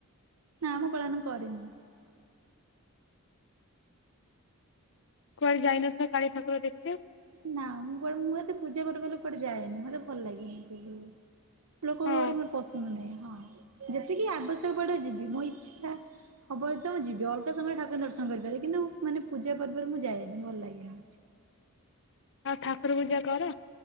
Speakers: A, on the right; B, on the left.
A: ନା ମୁଁ ପାଳନ କରିନି।
B: କୁଆଡେ ଯାଇନ ତ କାଳୀ ଠାକୁର ଦେଖିବାକୁ।
A: ନା ମୁଁ କୁଡେ ମୁଁ ଏତେ ପୂଜା ପର୍ବ ହେଲେ କୁଆଡେ ଯାଏନି ମତେ ଭଲ ଲାଗେନି ସେ ଯୋଉ ଲୋକ
B: ହଁ
A: ଗହଳି ମୋର ପସନ୍ଦ ନାହିଁ ହଁ ଯେତିକି ଆବଶ୍ୟକ ପଡେ ଯିବି ମୋ ଇଚ୍ଛା ହବ ଯଦି ତ ମୁଁ ଯିବି ଅଲଗା ସମୟରେ ଠାକୁର ଦର୍ଶନ କରିପାରେ କିନ୍ତୁ ମାନେ ପୂଜା ପର୍ବରେ ମୁଁ ଯାଏନି ଭଲ ଲାଗେନି।
B: <inaudible> ଆଉ ଠାକୁର ପୂଜା କର?